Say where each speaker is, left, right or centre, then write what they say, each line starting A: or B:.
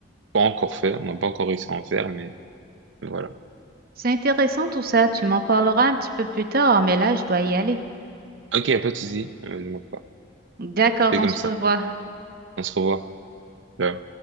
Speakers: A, on the right (about 70°); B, on the right (about 50°).
A: pas encore fait, on n'a pas encore réussi à en faire, mais voilà.
B: C'est intéressant tout ça. Tu m'en parleras un petit peu plus tard, mais là, je dois y aller.
A: Ok, y a pas de souci, euh, je manque pas.
B: D'accord,
A: C'est
B: on
A: comme
B: se
A: ça.
B: revoit.
A: On se revoit. Ciao.